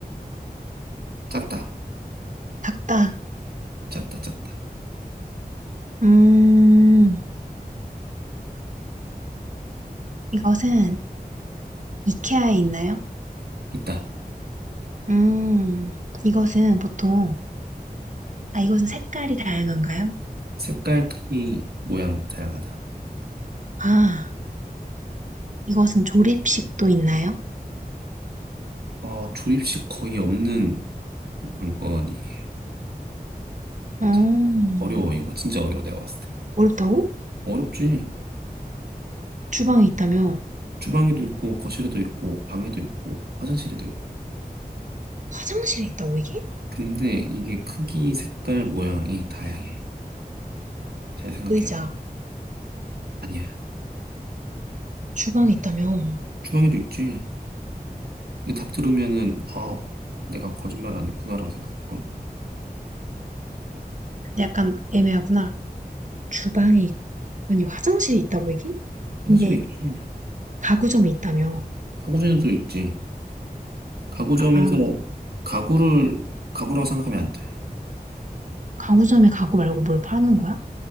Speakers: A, on the right; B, on the right.
A: 작다.
B: 작다.
A: 작다, 작다.
B: 음, 이것은 이케아에 있나요?
A: 있다.
B: 음, 이것은 보통, 아, 이것은 색깔이 다양한가요?
A: 색깔, 크기, 모양, 다양하다.
B: 아, 이것은 조립식도 있나요?
A: 어, 조립식 거의 없는 물건이에요.
B: 음,
A: 참, 어려워, 이거. 진짜 어려워, 내가 봤을 때.
B: 어렵다고?
A: 어렵지.
B: 주방에 있다며?
A: 주방에도 있고, 거실에도 있고, 방에도 있고, 화장실에도 있고.
B: 화장실에 있다고, 이게?
A: 근데 이게 크기, 색깔, 모양이 다양해. 잘 생각해요.
B: 의자,
A: 아니야.
B: 주방에 있다며?
A: 주방에도 있지. 근데 답 들으면은, 아, 내가 거짓말 안 했구나라고 생각할걸?
B: 약간 애매하구나. 주방에 있 아니, 화장실에 있다고, 이게? 근데,
A: 화장실에 있지.
B: 가구점에 있다며?
A: 가구점에도 있지. 가구점에서
B: 아,
A: 가구를 가구라고 생각하면 안 돼.
B: 가구점에 가구 말고 뭘 파는 거야?